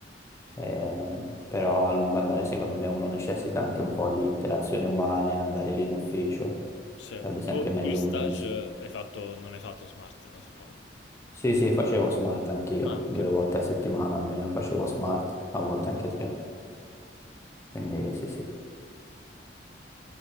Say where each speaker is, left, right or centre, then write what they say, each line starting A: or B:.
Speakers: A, on the left (about 15°); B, on the left (about 75°).
A: Ehm, però a lungo andare secondo me uno necessita anche un po' di interazioni umane, andare lì in ufficio,
B: Sì.
A: sarebbe sempre
B: Tu,
A: meglio
B: tu in stage
A: un mix.
B: hai fatto, non hai fatto smart, no, suppongo.
A: Sì, sì, facevo smart anch'io,
B: Ah, anche
A: due
B: tu.
A: volte a settimana almeno facevo smart, a volte anche tre, quindi sì, sì.